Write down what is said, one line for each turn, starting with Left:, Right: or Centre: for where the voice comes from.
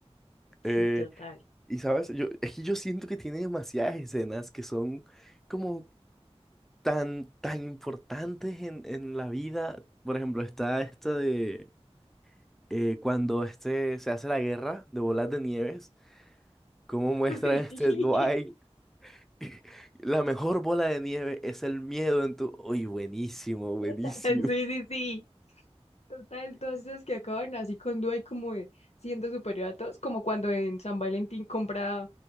Left: sí,
Centre: Eh,
Left: total.
Centre: y sabes, yo, es que yo siento que tiene demasiadas escenas que son como tan, tan importantes en, en la vida. Por ejemplo, está esta de eh, cuando este se hace la guerra de bolas de nieves, cómo muestran
Left: <laughs> Ay,
Centre: este
Left: sí.
Centre: Dwight <laughs> La mejor bola de nieve es el miedo en tu... Uy, buenísimo, buenísimo.
Left: <laughs> Sí, sí, sí. Total, todas esas que acaban así con duda y como de siendo superior a todos, como cuando en San Valentín compra,